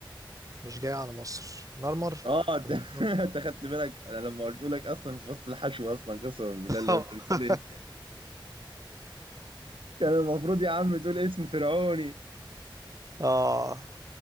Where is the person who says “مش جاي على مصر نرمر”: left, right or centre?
Right